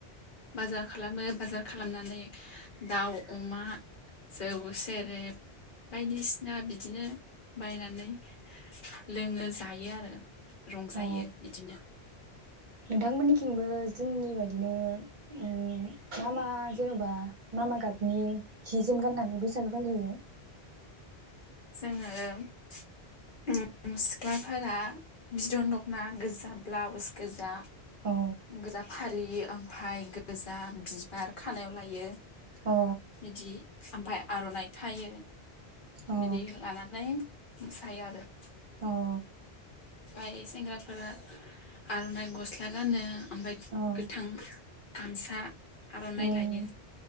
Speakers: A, on the left (about 55°); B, on the right (about 50°).
A: बाजार खालामो बाजार खालामनानै दाउ अमा जौ सेरेब बायदिसिना बिदिनो बायनानै लोङो जायो आरो रं जायो
B: अ
A: बिदिनो।
B: नोंथांमोननिथिंबो जोंनि बायदिनो उम मा मा जेनेबा मा मा गाबनि हि जोम गाननानै बैसागो फालियो?
A: जोङो सिख्लाफोरा बिदन दखना गोजा ब्लाउस गोजा
B: अ
A: गोजा फालियो ओम फाय गोजा बिबार खानायाव लायो।
B: अ
A: बिदि ओमफाय आरनाइ थायो।
B: अ
A: बिदि लानानै मोसायो आरो।
B: अ
A: बाय सेंग्राफोरा आरनाइ गस्ला गानो ओमफ्राय
B: अ
A: गोथां गामसा आर'नाइ
B: उम
A: लायो